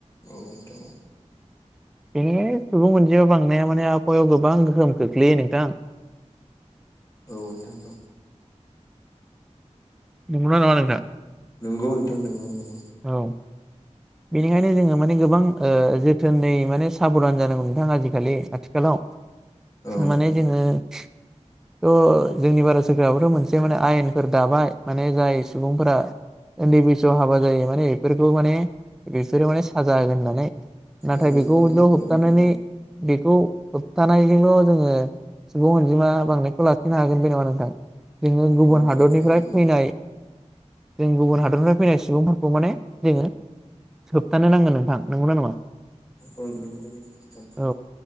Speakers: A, on the left; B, in the centre.
A: औ नोंथां औ
B: बिदिनो सुबुं अनजिमा बांनाया माने आबहावायाव गोबां गोहोम खोख्लैयो नोंथां। <inaudible>
A: औ नोंथां औ
B: नंगौना नङा नोंथां
A: नंगौ नोंथां नंगौ नंगौ
B: औ बेनिखायनो जोङो माने गोबां ओ जोथोनै माने साबधान जानांगौ नोंथां आजिखालि आथिखालाव
A: औ नोंथां
B: माने जोङो थ' जोंनि भारत सोरखाराबोथ' मोनसे माने आयेनफोर दाबाय माने जाय सुबुंफोरा उन्दै बैसोआव हाबा जायो माने बेफोरखौ माने बिसोरो माने साजा होगोन होननानै नाथाय
A: आरो
B: बेखौ
A: बन्द'
B: ज'
A: खालामनांगोन
B: होबथानानै बेखौ थानायजोंल' जोङो सुबुं अनजिमा बांनायखौ लाखिनो हागोन बे नङा नोंथां जोङो गुबुन
A: औ
B: हादरनिफ्राय
A: हागोन नोंथां औ
B: फैनाय जों गुबुन हादरनिफ्राय फैनाय सुबुं खौ माने जोङो होबथानो नांगोन नोंथां नंगौना नङा
A: औ नंगौ नोंथां <unintelligible>
B: औ